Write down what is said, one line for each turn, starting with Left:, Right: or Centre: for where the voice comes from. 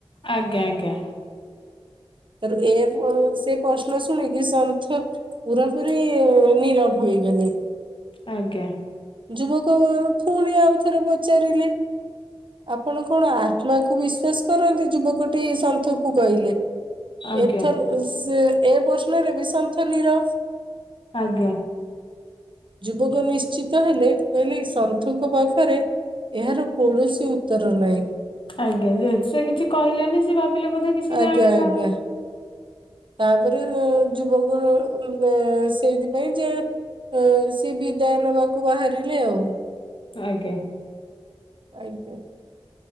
Left: ଆଜ୍ଞା ଆଜ୍ଞା।
Right: ତାରେ ଏ ପ ସେ ପ୍ରଶ୍ନ ଶୁଣିକି ସନ୍ଥ ପୁରାପୁରି ନିରବ ହୋଇ ଗଲେ।
Left: ଆଜ୍ଞା।
Right: ଯୁବକ ପୁଣି ଆଉ ଥରେ ପଚାରିଲେ। ଆପଣ କଣ ଆତ୍ମାକୁ ବିଶ୍ଵାସ କରନ୍ତି? ଯୁବକଟି ସନ୍ଥକୁ କହିଲେ।
Left: ଆଜ୍ଞା
Right: ଏଥର ସେ ଏ ପ୍ରଶ୍ନରେ ବି ସନ୍ଥ ନିରବ।
Left: ଆଜ୍ଞା।
Right: ଯୁବକ ନିଶ୍ଚିତ ହେଲେ କହିଲେ ସନ୍ଥୁଙ୍କ ପାଖରେ ଏହାର କୌଣସି ଉତ୍ତର ନାହିଁ।
Left: ଆଜ୍ଞା ଯେହେତୁ ସେ କିଛି କହିଲେନି ସେ ଭାବିଲେ ବୋଧେ କିଛି
Right: ଆଜ୍ଞା
Left: ଜାଣିନାହା
Right: ଆଜ୍ଞା ତାପରେ ଯୁବକ ଆଁ ସେଇଥିପାଇଁ ଯେ ଅଁ ସେ ବିଦାୟ ନେବାକୁ ବାହାରିଲେ ଆଉ।
Left: ଆଜ୍ଞା।
Right: ଆଜ୍ଞା।